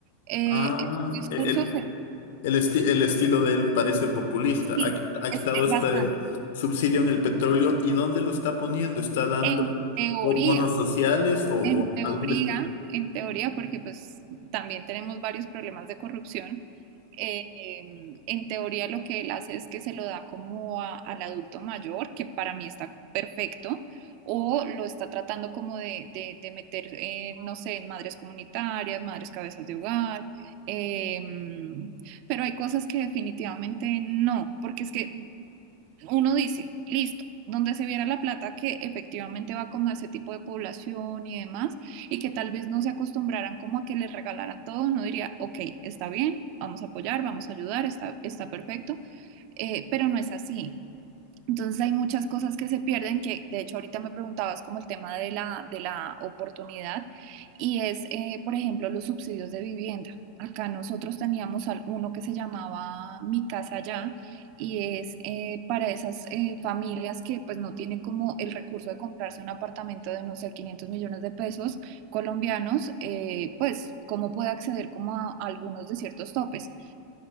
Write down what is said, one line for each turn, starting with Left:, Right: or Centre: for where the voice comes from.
Right: Eh,
Left: Ah,
Right: el discurso,
Left: e-, el, el, esti- el estilo de él parece populista.
Right: sí,
Left: Ha, qui- ha
Right: es,
Left: quitado
Right: es
Left: este
Right: bastante.
Left: subsidio en el petróleo. ¿Y dónde lo está poniendo? ¿Está dando
Right: En teoría.
Left: bo- bonos sociales o, o
Right: En teoría,
Left: a dónde está?
Right: en teoría, porque pues también tenemos varios problemas de corrupción, eh, em, en teoría lo que él hace es que se lo da como a- al adulto mayor, que para mí está perfecto, o lo está tratando como de, de- de meter, eh, no sé, en madres comunitarias, madres cabezas de hogar, em, pero hay cosas que definitivamente no, porque es que uno dice, listo, donde se viera la plata que efectivamente va como a ese tipo de población y demás, y que tal vez no se acostumbraran como a que les regalaran todo, uno diría, ok, está bien, vamos a apoyar, vamos a ayudar, está, está perfecto, eh, pero no es así. Entonces hay muchas cosas que se pierden, que de hecho ahorita me preguntabas como el tema de la, de la oportunidad y es, eh, por ejemplo, los subsidios de vivienda. Acá nosotros teníamos al- uno que se llamaba Mi Casa Ya y es eh, para esas eh, familias que pues no tienen como el recurso de comprarse un apartamento de no sé 500 millones de pesos colombianos, eh, pues cómo puede acceder como a, a algunos de ciertos topes